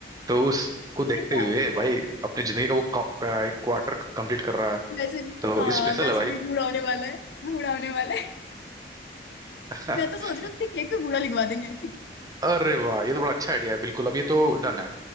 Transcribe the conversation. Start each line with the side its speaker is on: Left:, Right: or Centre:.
Right: तो उसको देखते
Left: बात
Right: हुए भाई अपनी जिंदगी का वो का, का एक क्वार्टर कंप्लीट कर रहा है
Left: वैसे भी
Right: तो
Left: हाँ
Right: स्पेशल
Left: वैसे
Right: है भाई
Left: भी बूढ़ा होने वाला है बूढ़ा होने वाला है
Right: <laughs>
Left: मैं तो सोच रही हूँ उसके केक पे बूढ़ा लिखवा देंगे
Right: अरे वाह ये तो बड़ा अच्छा आइडिया है बिल्कुल अब ये तो डन है